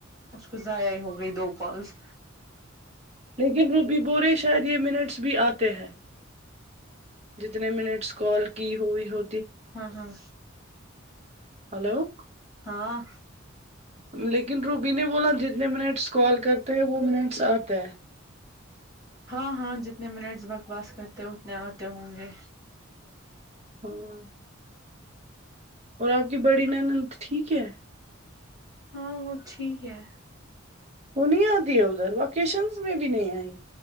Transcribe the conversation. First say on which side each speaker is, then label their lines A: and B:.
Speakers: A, on the right (about 15°); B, on the right (about 35°).
A: اس کو ضائع ہی ہو گئی دو کالس
B: لیکن روبی بورے شاید یہ منٹس بھی آتے ہیں جتنے منٹس کال کی ہوئی ہو
A: ہاں ہاں
B: ہیلو <unintelligible>
A: ہاں
B: لیکن روبی نے بولا جتنے منٹس کال کرتے ہیں وہ منٹس آتے ہیں
A: ہاں ہاں جتنے منٹس بکواس کرتے اتنے آتے ہوں گے
B: ہاں اور آپ کی بڑی نند ٹھیک ہے
A: ہاں وہ ٹھیک ہے
B: وہ نہیں آتی ہے ادھر وکیشنس میں بھی نہیں آئی